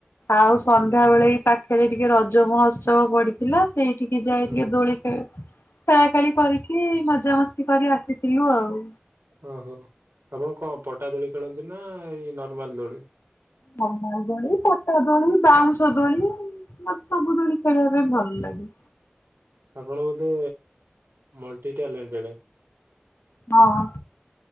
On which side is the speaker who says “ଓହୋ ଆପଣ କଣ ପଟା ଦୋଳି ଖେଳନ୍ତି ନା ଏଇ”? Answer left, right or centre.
Right